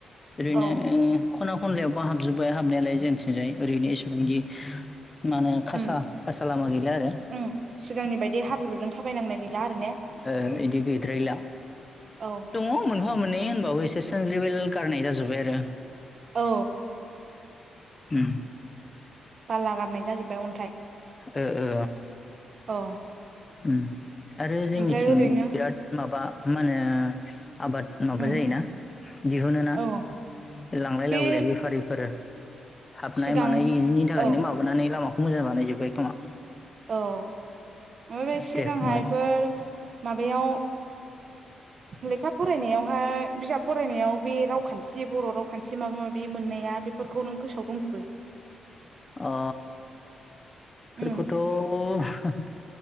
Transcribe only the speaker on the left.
ओरैनो
ओं खना खनलायावबो हाबजोबबाय हाबनायालाय जोंथिंजाय ओरैनो एसेबांदि माने खासा-खासा
लामा गैला आरो।
ओ इदि गैद्रायला।
दङ मोनफा मोननै होनबाबो एसे सोनग्रिबिल गारनाय जाजोब्बाय आरो।
उम।
ओ ओ
उम। आरो जोंनिथिं
बिराद माबा मा नो। आबाद माबा
जायोना दिहुनो ना।
लांलाय
लाबोलाय बेफारिफोर हाबनाय
मानाय इदिनि थाखायनो
माबानानै लामा खौ मोजां बानाय जोब्बाय खोमा।
दे बुंलाय
ओ बेफोरखौथ'।